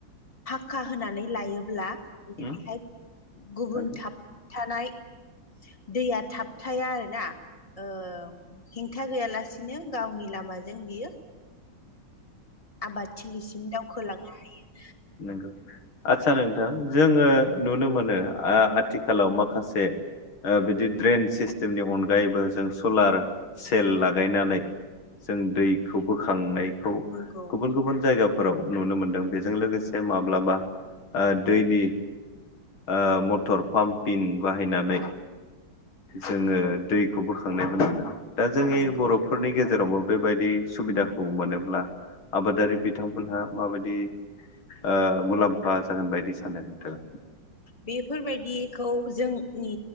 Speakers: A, on the left (about 15°); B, on the left (about 80°).
A: फाखा होनानै लायोब्ला बेहाय
B: उम
A: गुबुन
B: थांगोन
A: थाबथानाय दैया थाबथाया आरो ना ओ हेंथा गैयालासिनो गावनि लामाजों बियो आबाद थिलिसिम दावखोलांनो हायो।
B: नंगौ आदसा नोंथां जोङो नुनो मोनो ओ आथिखालाव माखासे बिदि ड्रेन सिस्टेम नि अनगायैबो जों सलार सेल लागायनानै जों दैखौ बोखांनायखौ
A: नंगौ
B: गुबुन गुबुन जायगाफोराव नुनो मोनदों बेजों लोगोसे माब्लाबा ओ दैनि ओ मटर पाम्पिन बाहायनानै जोङो दैखौ बोखांनाय नुनो मोनदों दा जोंनि
A: नंगौ
B: बर' फोरनि गेजेरावबो बेबायदि सुबिदाखौ मोनोब्ला आबादारि बिथांमोनहा माबायदि ओ मुलाम्फा जागोन बायदि सानो नोंथाङा
A: बेफोरबायदिखौ जोंनि